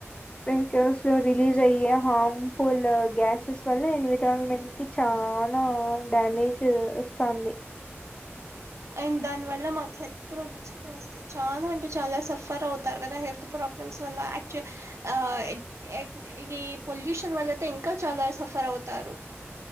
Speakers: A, on the left; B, on the right.
A: వెహికల్స్ లో రిలీజ్ అయ్యే హామ్ ఫూల్ గ్యాసెస్ వల్ల ఎన్విరాన్మెంట్ కి చానా డ్యామేజ్ వస్తాంది
B: అండ్ దాని వల్ల మాకు హెల్త్ ప్రాబ్లమ్స్ కూడా వస్తాయి చాలా అంటే చాలా సఫర్ అవుతారు కదా హెల్త్ ప్రాబ్లమ్ స్ వల్ల యాక్చు ఆ ఎక్ ఎక్ ఈ పొల్యూషన్ వల్ల అయితే ఇంకా చాలా సఫర్ అవ్ తారు